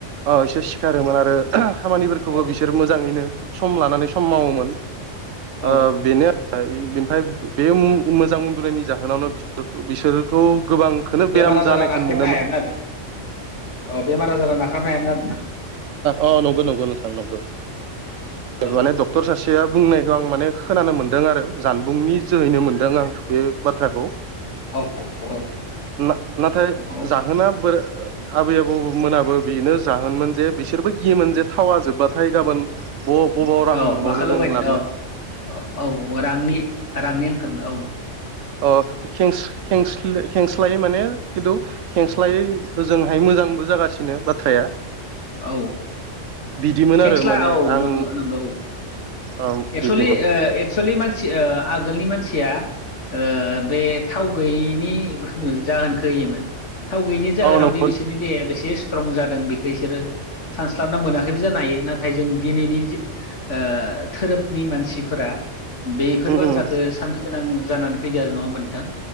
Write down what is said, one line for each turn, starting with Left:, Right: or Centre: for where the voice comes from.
Right: एसे सिखारोमोन आरो खामानिफोरखौबो
Left: औ
Right: बिसोर मोजाङैनो सम लानानै सम मावोमोन
Left: औ
Right: ओ बेनो आरो बेनिफ्राय बे मोजां उन्दुनायनि जाहोनावनो बिसोर बिसोर खौ गोबांखौनो
Left: बेमार
Right: बेराम
Left: आजारा
Right: जानायखौ
Left: नाख्रेबनो
Right: नुनोमोना
Left: हायामोन आरो औ बेमार आजारा नाख्रेबनो हायामोन आरो
Right: अ नंगौ नंगौ नोंथां नंगौ
Left: आरो
Right: माने
Left: औ
Right: डक्टर सासेया बुंनायखौ आं माने खोनानो मोनदों आरो जानबुंनि जोहैनो मोनदों आं बे बाथ्रा खौ
Left: औ
Right: ना नाथाय
Left: औ
Right: जाहोना बोर आबै आबौमोनाबो बेनो जाहोनमोन। जे बिसोरबो गियोमोन जे थावा जोब्बाथाय गाबोन ब बबाव
Left: औ
Right: रां
Left: औ
Right: मोनबावनो
Left: माखौ लगायनो
Right: जों लाबोनो।
Left: औ औ औ रांनि रांनि आंखालनो औ।
Right: अ खें-खें-खेंस्लायै माने खिन्थु खेंस्लायै ओजोंहाय मोजांबो जागासिनो बिनो बाथ्राया
Left: औ
Right: बिदिमोन
Left: खेंस्ला
Right: आरो माने
Left: औ
Right: आं
Left: नोंगौ नंगौ औ।
Right: औ
Left: एक्सेलि
Right: बिदिमोन
Left: एक्सेलि मानसि ओ आगोलनि मानसिया ओ बे थाव गैयैनि जाहोनखौ होयोमोन। थाव गैनि जागोनावदि
Right: औ नंगौ
Left: बिसोरनि देहाया बेसे स्ट्रं जादों बेखौ बिसोरो सानस्लाबना मोनाखैबो जानो हायो नाथाय जों दिनैनि ओ धोरोमनि मानसिफोरा बेफोर
Right: उम
Left: बाथ्राखौ
Right: उम
Left: साननो गोनां जानानै फैदों आरो नङा होमबा नोंथां?